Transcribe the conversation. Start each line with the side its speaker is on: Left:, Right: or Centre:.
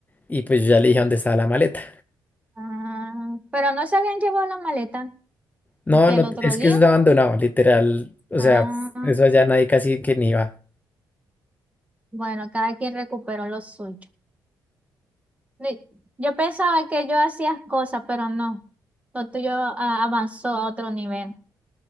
Left: Y pues yo ya le dije dónde estaba la maleta.
Right: Ah, pero no se habían llevado la maleta.
Left: No,
Right: Aquí
Left: no,
Right: el otro
Left: es
Right: día.
Left: que eso es abandonado, literal. O
Right: Ah,
Left: sea, eso allá nadie casi que ni va.
Right: bueno, cada quien recuperó lo suyo. Ni- Yo pensaba que yo hacía cosas, pero no. Lo tuyo ah, avanzó a otro nivel.